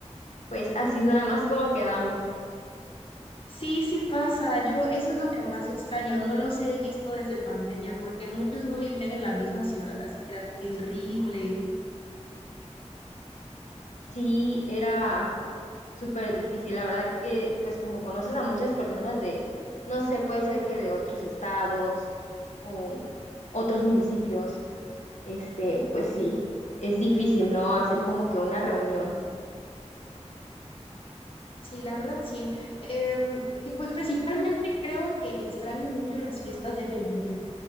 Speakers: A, on the left; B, on the left.
A: pues así es nada más como quedamos.
B: Sí, sí pasa, yo eso es lo que más extraño, no los he visto desde pandemia porque muchos no vivían en la misma ciudad, así que era terrible.
A: Sí, era súper difícil. La verdad que, pues como conoces a muchas personas de, no sé, puede ser que de otros estados o otros municipios, este, pues sí, es difícil, ¿no? Hacer como que una reunión.
B: Sí, la verdad sí. Em, y pues principalmente creo que extraño mucho las fiestas de bienvenida.